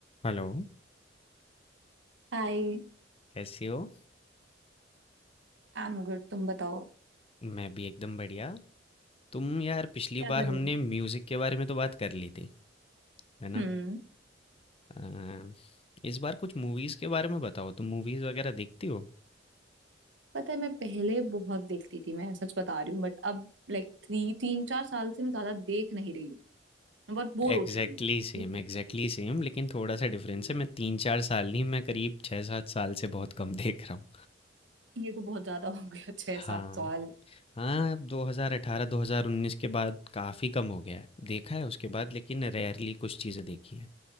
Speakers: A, on the left; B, on the right.
A: हेलो,
B: Hi
A: कैसी हो?
B: I am good तुम बताओ
A: मैं भी एकदम बढ़िया। तुम यार पिछली
B: क्या
A: बार
B: कर
A: हमने
B: रहे थे
A: म्यूज़िक के बारे में तो बात कर ली थी, है ना?
B: हम्म
A: अ, इस बार कुछ मूवीज़ के बारे में बताओ। तुम मूवीज़ वगैरह देखती हो?
B: पता है मैं पहले बहुत देखती थी मैं सच बता रही हूँ बट अब लाइक थ्री तीन चार साल से मैं ज्यादा देख नहीं रही हूँ मैं बहुत बोर
A: एग्जैक्टली
B: हो चुकी हूँ
A: सेम
B: हम्म।
A: एग्जैक्टली सेम लेकिन थोड़ा सा डिफरेंस
B: हम्म,
A: है मैं तीन चार साल नहीं मैं करीब छः सात साल से बहुत कम <laughs> देख रहा हूँ
B: ये तो बहुत ज्यादा हो गया छह
A: हाँ
B: सात साल
A: हाँ 2018 2019 के बाद काफ़ी कम हो गया है देखा है उसके बाद लेकिन रेयरली कुछ चीज़ें देखी हैं